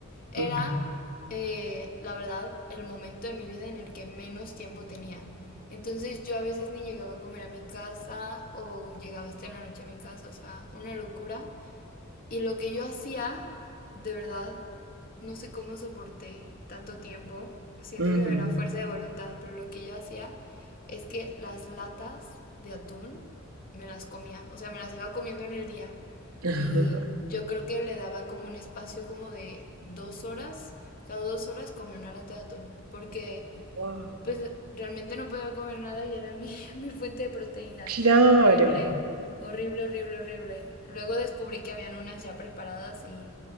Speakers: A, on the left; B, on the right.
A: era,
B: ujú,
A: eh, la verdad, el momento de mi vida en el que menos tiempo tenía. Entonces yo a veces ni llegaba a comer a mi casa o llegaba hasta la noche a mi casa, o sea, una locura. Y lo que yo hacía, de verdad, no sé cómo soporté tanto tiempo. Siento
B: ujú.
A: que era fuerza de voluntad, pero lo que yo hacía es que las latas de atún me las comía, o sea, me las iba comiendo en el día.
B: <laughs>
A: Y yo creo que le daba como un espacio como de dos horas, cada dos horas comía una lata de atún, porque
B: Wow,
A: pues realmente no podía comer nada y era mi, <laughs> mi fuente de proteína.
B: claro,
A: Era horrible, horrible, horrible, horrible. Luego descubrí que habían unas ya preparadas y